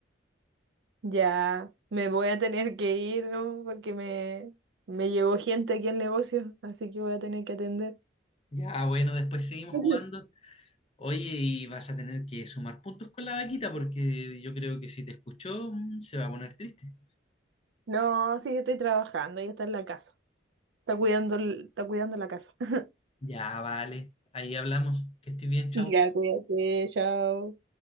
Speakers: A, on the right; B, on the left.
A: Ya me voy a tener que ir, ¿no? Porque me, me llegó gente aquí al negocio, así que voy a tener que atender.
B: Ya, bueno, después seguimos
A: <laughs>
B: jugando. Oye, y vas a tener que sumar puntos con la vaquita porque yo creo que si te escuchó, mm, se va a poner triste.
A: No, sí, yo estoy trabajando, ella está en la casa. Está cuidando, el- está cuidando la casa. <laughs>
B: Ya, vale. Ahí hablamos. Que estés bien, chau.
A: Ya, cuídate, chao.